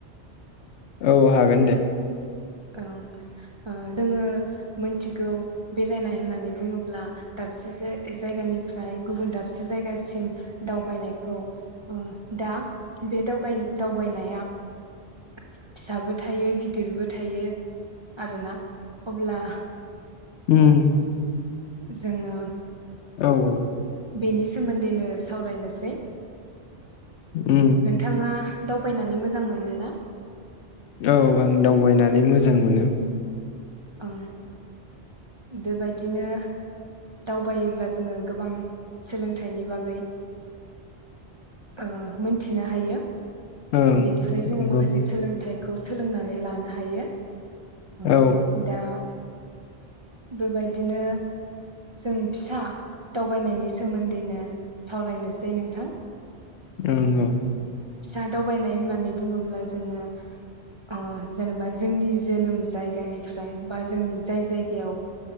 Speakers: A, on the left; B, on the right.
A: औ हागोन दे
B: ओ ओ जोङो मिथिगौ बेरायनाय होननानै बुङोब्ला दाबसे जायगानिफ्राय गुबुन दाबसे जायगासिम दावबायनायखौ दा बे दावबायनाया फिसाबो थायो गिदिरबो थायो आरोना अब्ला।
A: ओम
B: जोङो
A: औ औ
B: बेनि सोमोन्दैनो सावरायनोसै
A: उम
B: नोंथाङा दावबायनानै मोजां मोनो ना।
A: औ आं दावबायनानै मोजां मोनो।
B: ओ बेबायदिनो दावबायोब्ला जोङो गोबां सोलोंथाइनि बागै ओ मोनथिनो हायो।
A: ओं
B: बेनिफ्राय
A: नंगौ
B: जोङो माखासे सोलोंथाइ। खौ सोलोंनानै लानो हायो। अ
A: औ
B: दा बेबायदिनो जों फिसा दावबायनायनि सोमोन्दैनो सावरायनोसै नोंथां।
A: ओं औ।
B: फिसा दावबायनाय होननानै बुङोब्ला जोङो अ जेनेबा जोंनि जोनोम जायगानिफ्राय बा जों जाय जायगायाव